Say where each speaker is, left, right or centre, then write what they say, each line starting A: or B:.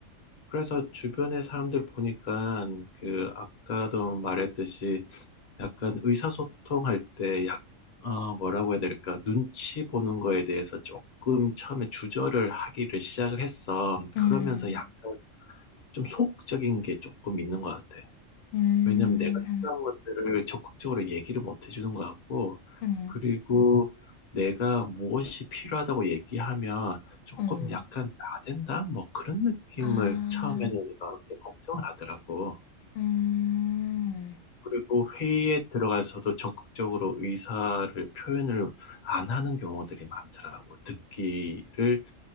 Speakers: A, on the left (about 40°); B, on the left (about 85°).
A: 그래서 주변의 사람들 보니까 그 아까도 말했듯이 약간 의사소통할 때 약, 어, 뭐라고 해야 될까? 눈치 보는 거에 대해서 조금 처음에 주저를 하기를 시작을 했어.
B: 응,
A: 그러면서
B: 응,
A: 약간 좀 소극적인 게 조금 있는 것 같아.
B: 응,
A: 왜냐면 하 내가 필요한
B: 응,
A: 것들을 적극적으로 얘기를 못 해주는 것 같고,
B: 응,
A: 그리고 내가 무엇이 필요하다고 얘기하면 조금
B: 응, 어,
A: 약간 나댄다? 뭐 그런 느낌을
B: 아,
A: 처음에는 이렇게 걱정을 하더라고.
B: 음.
A: 그리고 회의에 들어가서도 적극적으로 의사를 표현을 안 하는 경우들이 많더라고. 듣기를